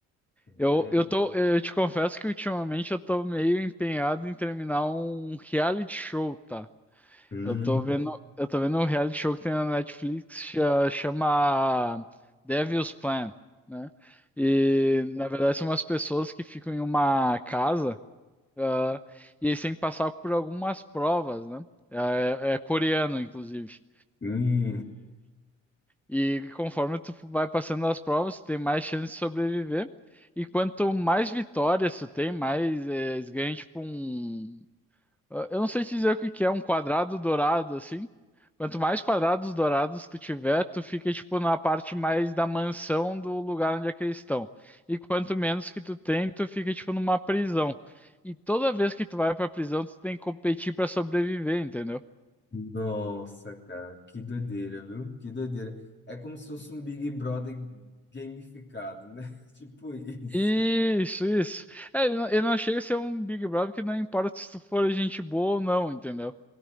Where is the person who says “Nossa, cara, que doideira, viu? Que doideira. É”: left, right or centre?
Left